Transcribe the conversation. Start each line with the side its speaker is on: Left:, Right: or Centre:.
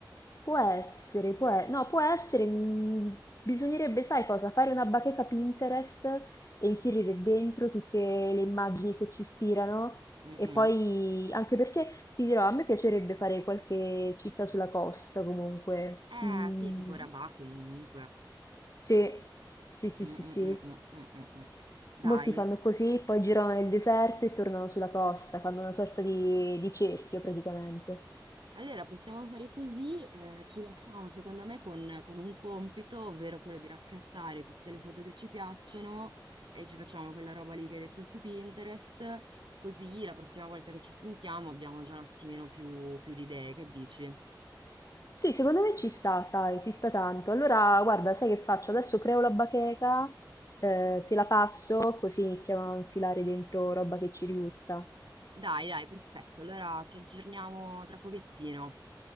Left: Può essere, può e no, può essere, mhmm, bisognerebbe, sai cosa, fare una bacheca Pinterest e inserire dentro tutte le immagini che ci ispirano
Right: Eh, Mm-mm.
Left: e poi anche perché, ti dirò, a me piacerebbe fare qualche città sulla costa comunque.
Right: Eh,
Left: Mhmm,
Right: sì, tipo Rabat comunque.
Left: sì. Sì, sì,
Right: Mm,
Left: sì,
Right: mm,
Left: sì.
Right: mm, mm, mm, mm, mm. Dai,
Left: Molti fanno così, poi girano nel deserto e tornano sulla costa, fanno una sorta di di cerchio praticamente.
Right: Allora, possiamo fare così, eh, ci lasciamo secondo me con, con un compito, ovvero quello di raccattare tutte le foto che ci piacciono e ci facciamo quella roba lì che hai detto su Pinterest, così la prossima volta che ci sentiamo abbiamo già un attimino più, più di idee, che dici?
Left: Sì, secondo me ci sta, sai, ci sta tanto. Allora, guarda, sai che faccio? Adesso creo la bacheca, eh, te la passo, così iniziamo a infilare dentro roba che ci rigusta.
Right: Dai, dai, perfetto, allora ci aggiorniamo tra pochettino,